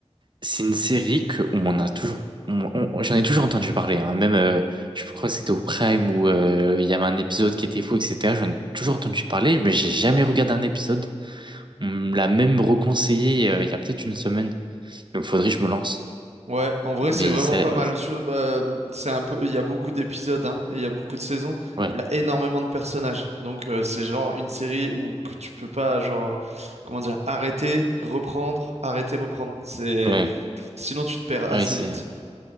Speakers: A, on the right; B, on the right.
A: C'est une série que on a toujours, on- on- j'en ai toujours entendu parler. hein. Même, euh, je crois que c'était au Prime où euh, il y avait un épisode qui était fou, etc. J'en ai toujours entendu parler, mais j'ai jamais regardé un épisode. On me l'a même reconseillé euh, il y a peut-être une semaine. Donc, faudrait que je me lance.
B: Ouais, en vrai,
A: Mais
B: c'est vraiment
A: ça,
B: pas
A: ouais,
B: mal. Sur- euh, c'est un peu, il y a beaucoup d'épisodes, hein, et il y a beaucoup de saisons.
A: ouais,
B: Il y a énormément de personnages, donc euh, c'est genre une série où que tu peux pas, genre, comment dire, arrêter, reprendre, arrêter, reprendre. C'est
A: ouais,
B: sinon tu te perds assez
A: ouais, c'est,
B: vite.